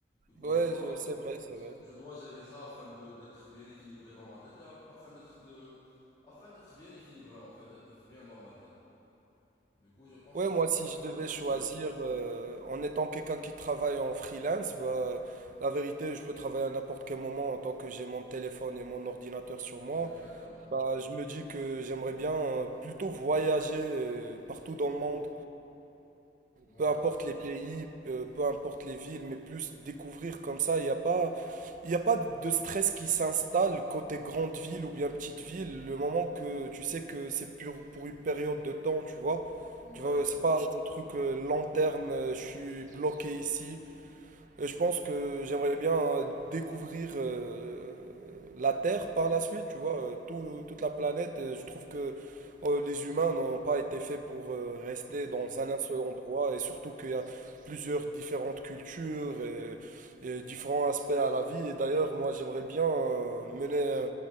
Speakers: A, on the left; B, on the right.
A: Du coup,
B: Ouais,
A: je dois
B: je- c'est vrai, c'est vrai.
A: je dois gérer ça afin de d'être bien équilibré dans ma tête et af- afin d'être de afin d'être bien équilibré en fait et d'être bien dans ma tête. Du coup, je pense
B: Ouais,
A: que c-
B: moi, si je
A: ça
B: devais
A: va être ça
B: choisir,
A: pour moi.
B: euh, en étant quelqu'un qui travaille en freelance, bah, la vérité, je peux travailler à n'importe quel moment en tant que j'ai mon téléphone et mon ordinateur sur moi.
A: Ouais, exactement.
B: Bah, je me dis que j'aimerais bien euh, plutôt voyager euh, partout dans le monde
A: Ouais.
B: peu importe les pays, peu, peu importe les villes, mais plus découvrir comme ça. Il n'y a pas, il y a pas de stress qui s'installe côté grande ville ou bien petite ville. Le moment que tu sais que c'est pour, pour une période de temps, tu vois.
A: Moi,
B: Tu vois,
A: il a pas
B: c'est
A: de
B: pas des trucs euh, long terme, euh, je suis bloqué ici. Et je pense que j'aimerais bien euh, découvrir euh, la Terre par la suite, tu vois, euh, tout- toute la planète. Et je trouve que euh, les humains n'ont pas été faits pour euh, rester
A: ouais, c'est
B: dans
A: limité.
B: un seul endroit et surtout qu'il y a plusieurs différentes cultures et, et différents aspects à la vie. Et d'ailleurs, moi, j'aimerais bien euh, mener euh,